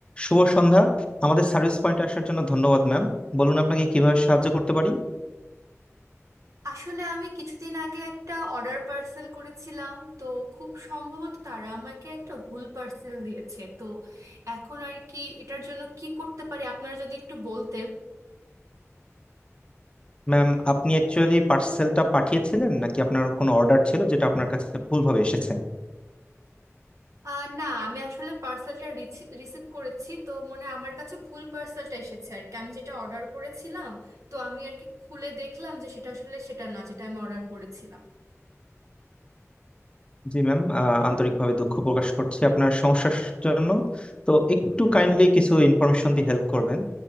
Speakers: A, on the left; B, on the right.
A: শুভ সন্ধ্যা আমাদের সার্ভিস পয়েন্টে আসার জন্য ধন্যবাদ ম্যাম বলুন আপনাকে কিভাবে সাহায্য করতে পারি
B: আসলে আমি কিছুদিন আগে একটা অর্ডার পার্সেল করেছিলাম তো খুব সম্ভবত তারা আমাকে একটা ভুল পার্সেল দিয়েছে তো এখন আর কি এটার জন্য কি করতে পারি আপনারা যদি একটু বলতেন
A: ম্যাম আপনি অ্যাকচুয়ালি পার্সেলটা পাঠিয়েছিলেন নাকি আপনার কোনো অর্ডার ছিল যেটা আপনার কাছে ভুলভাবে এসেছে
B: আহ না আমি আসলে পার্সেলটা রিসিভ করেছি তো মনে হয় আমার কাছে ভুল পার্সেলটা এসেছে আর কি আমি যেটা অর্ডার করেছিলাম তো আমি আর কি খুলে দেখলাম যে সেটা আসলে সেটা না যেটা আমি অর্ডার করেছিলাম
A: জি ম্যাম আহ, আন্তরিকভাবে দুঃখ প্রকাশ করছি আপনার সমস্যার জন্য তো একটু কাইন্ডলি কিছু ইনফরমেশন দিয়ে হেল্প করবেন